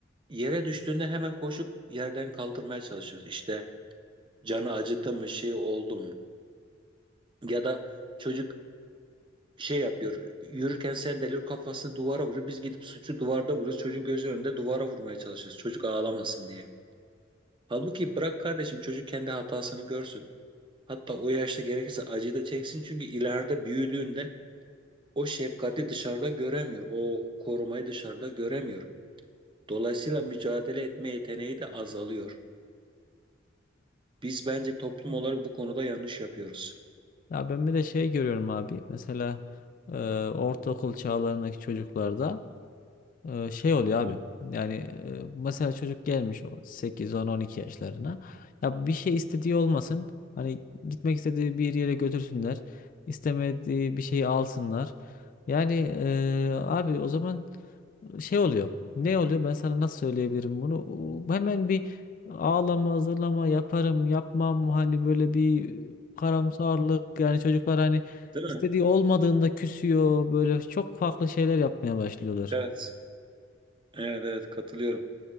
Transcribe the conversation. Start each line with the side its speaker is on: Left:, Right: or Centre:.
Right: Yere düştüğünde hemen koşup yerden kaldırmaya çalışıyoruz. İşte canı acıdı mı, şey oldu mu? Ya da çocuk şey yapıyor. Yürürken sendeliyor kafasını duvara vuruyor. Biz gidip suçu duvarda vuruyoruz. Çocuğun gözü önünde duvara vurmaya çalışıyoruz. Çocuk ağlamasın diye. Halbuki bırak kardeşim çocuk kendi hatasını görsün. Hatta o yaşta gerekirse acıyı da çeksin. Çünkü ileride büyüdüğünde o şefkati dışarıda göremiyor. O korumayı dışarıda göremiyor. Dolayısıyla mücadele etme yeteneği de azalıyor. Biz bence toplum olarak bu konuda yanlış yapıyoruz.
Left: Ya ben bir de şey görüyorum abi. Mesela e, ortaokul çağlarındaki çocuklarda e, şey oluyor
Right: Hı hı.
Left: abi. Yani e, mesela çocuk gelmiş 8, 10, 12 yaşlarına. Ya bir şey istediği olmasın. Hani gitmek istediği bir yere götürsünler. İstemediği bir şeyi alsınlar. Yani e, abi o zaman şey oluyor. Ne oluyor? Ben sana nasıl söyleyebilirim bunu? O- Hemen bir ağlama, hazırlama yaparım, yapmam. Hani böyle bir karamsarlık. Yani çocuklar hani
Right: Değil
Left: istediği
Right: mi?
Left: olmadığında küsüyor. Böyle çok farklı şeyler yapmaya başlıyorlar.
Right: Evet. Evet evet katılıyorum.